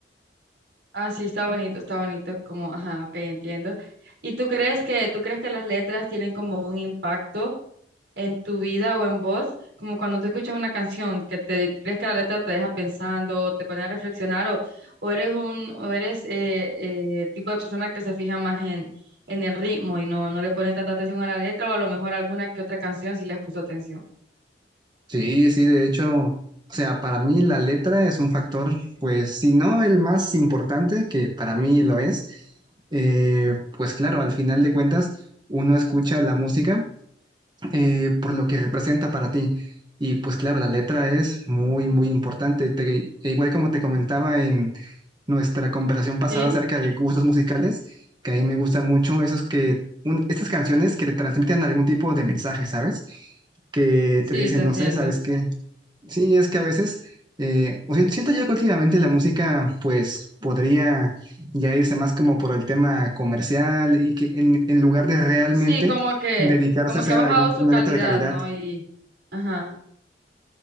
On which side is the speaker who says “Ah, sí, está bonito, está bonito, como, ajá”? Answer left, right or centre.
Right